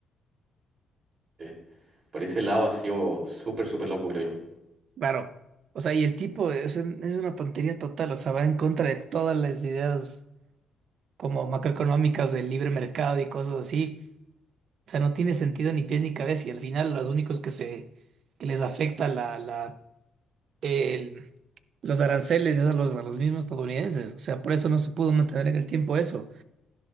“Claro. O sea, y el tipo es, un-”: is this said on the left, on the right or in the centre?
Right